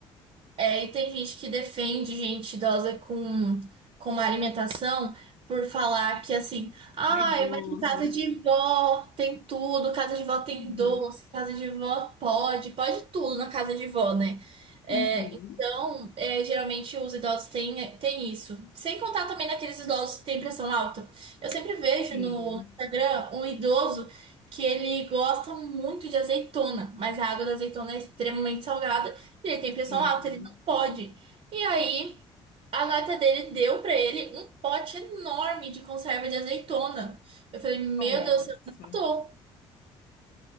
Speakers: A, on the right (about 50°); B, on the left (about 70°).
A: É, e tem gente que defende gente idosa com, com uma alimentação por falar que assim, ai,
B: Vaidoso.
A: mas em casa de vó tem tudo, casa de vó tem
B: Uhum.
A: doce, casa de vó pode, pode tudo na casa de vó, né? É,
B: Uhum.
A: então, é, geralmente os idosos têm, têm isso. Sem contar também naqueles idosos que têm pressão alta. Eu sempre vejo
B: Sim,
A: no, no Instagram um idoso que ele gosta muito de azeitona, mas a água da azeitona é extremamente salgada. Ele tem pressão
B: sim.
A: alta, Pode. E aí, a nata dele deu pra ele um pote enorme de conserva de azeitona. Eu falei, meu
B: Nossa,
A: Deus, eu não tô.